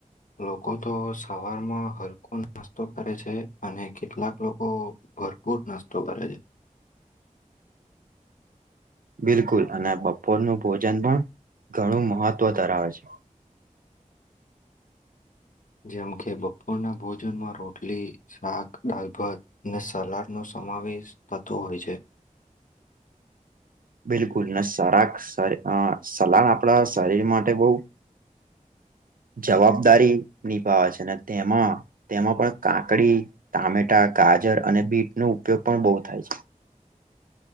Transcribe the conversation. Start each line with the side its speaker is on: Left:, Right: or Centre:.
Left: લોકો તો સવારમાં હલકો નાસ્તો કરે છે અને કેટલાક લોકો. ભરપૂર નાસ્તો કરે છે
Right: બિલકુલ અને બપોરનું ભોજન પણ ઘણું મહત્વ ધરાવે છે.
Left: જેમ કે બપોરના ભોજનમાં રોટલી શાક દાલ ભાત અને સલાડ નો. સમાવેશ તત્વ હોય છે.
Right: બિલકુલ ને સરાક સલાન આપણા શરીર માટે બહ હ જવાબદારી નિભાવે છે ને તેમાં તેમાં પણ કાકડી ટામેટા. ગાજર અને બીટ નો ઉપયોગ પણ બહુ થાય છે.